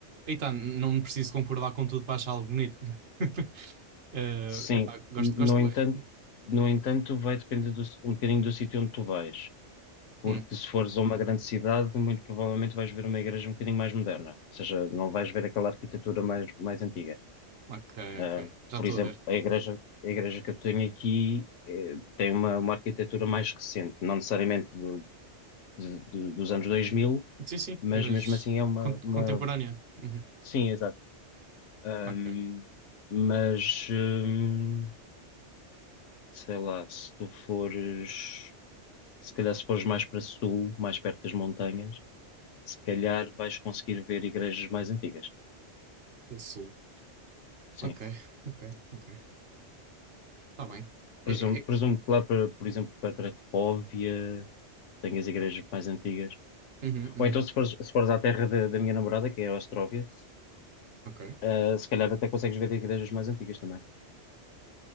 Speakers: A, on the right; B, on the left.
A: Aí tá, não preciso concordar com tudo para achar algo bonito. <laughs> Eh,
B: sim,
A: epá, gosto,
B: no
A: gosto bem.
B: entanto, no entanto, vai depender do- um bocadinho do sítio onde tu vais. Porque
A: Hum,
B: se fores a uma grande cidade, muito provavelmente vais ver uma igreja um bocadinho mais moderna. Ou seja, não vais ver aquela arquitetura mais, mais antiga.
A: ok,
B: Ah,
A: ok. Já
B: por
A: estou
B: exemplo,
A: a ver.
B: a igreja, a igreja que eu tenho aqui eh, tem uma, uma arquitetura mais recente, não necessariamente do- de- de- dos anos dois mil
A: Sim, sim,
B: mas
A: mas
B: mesmo assim é uma,
A: con-
B: uma...
A: contemporânea. Uhum,
B: Sim, exato. Ahm,
A: ok.
B: mas, hum, sei lá, se tu fores, se calhar se fores mais para sul, mais perto das montanhas, se calhar vais conseguir ver igrejas mais antigas.
A: Do Sul.
B: Sim.
A: Ok, ok, ok. Está bem. É,
B: Presumo,
A: é-
B: presumo que lá, para, por exemplo, para Cracóvia, tenhas igrejas mais antigas.
A: Uhum, uhum.
B: Ou então se fores, se fores à terra da, da minha namorada, que é a Ostróvia,
A: Ok,
B: eh, se calhar até consegues ver igrejas mais antigas também.